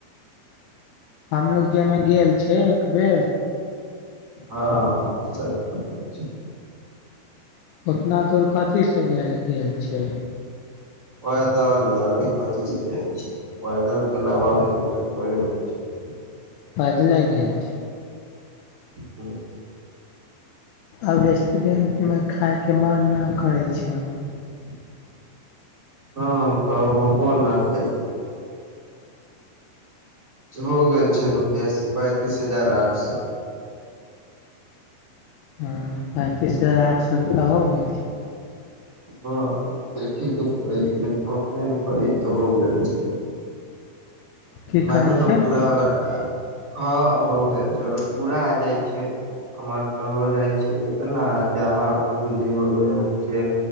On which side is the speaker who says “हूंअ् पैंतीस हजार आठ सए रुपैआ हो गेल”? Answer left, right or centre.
Left